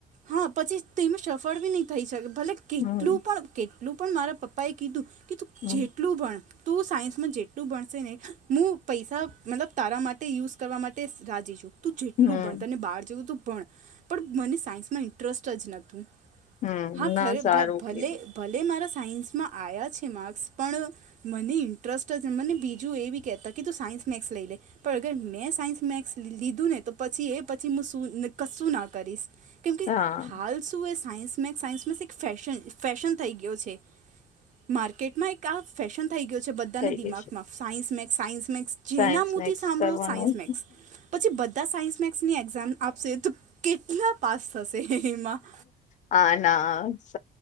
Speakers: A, on the right (about 50°); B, on the left (about 50°).
A: હા પછી તેનું સફળ બી નહી થઈ શકે ભલે કેટલું
B: હમ
A: પણ કેટલું પણ મારા પપ્પા એ કીધું કે તું
B: હમ
A: જેટલું ભણ, તું સાયન્સમાં જેટલું ભણશે ને હું પૈસા મતલબ તારા માટે યુઝ કરવા માટે રાજી છું. તું જેટલું
B: હમ
A: ભણ તને બહાર જેવું તું ભણ પણ મને સાયન્સમાં ઇન્ટરસ્ટ જ નતું.
B: હમ
A: હા
B: ના
A: ખરે
B: સારું
A: ભ ભલે
B: કીધું
A: ભલે મારા સાયન્સમાં આવ્યા છે માર્ક્સ પણ મને ઇન્ટરસ્ટ જ મને બીજું એ બી કેહેતા કે તું સાયન્સ મેક્સ લઈ લે. પણ અગર મેં સાયન્સ મેક્સ લીધું ને તો પછી એ પછી હું શું ન કશું ના કરીશ. કેમકે
B: હા
A: હાલ શું એ સાયન્સ મેક્સ, સાયન્સ મેક્સ એક ફેશન ફેશન થઈ ગયો છે. માર્કેટમાં એક આ ફેશન થઈ ગયો છે બધાના
B: થઈ
A: દિમાગમાં
B: ગઈ છે
A: સાયન્સ મેક્સ સાયન્સ મેક્સ, જેના
B: સાયન્સ
A: મો
B: મેક્સ
A: થી સાંભળો
B: કરવાનું
A: સાયન્સ મેક્સ, પછી બધા સાયન્સ મેક્સની એક્ઝામ આપશે તો કેટલા પાસ થશે. એમાં
B: હા ના સ